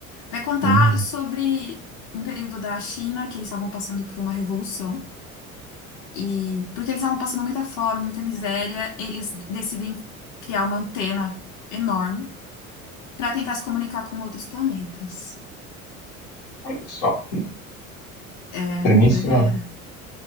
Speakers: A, on the left; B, on the left.
A: Vai contar
B: Hum,
A: sobre um período da China que eles estavam passando por uma revolução. E porque eles estavam passando muita fome, muita miséria, eles decidem criar uma antena enorme para tentar se comunicar com outros planetas.
B: olha só que
A: É,
B: premissa,
A: doideira.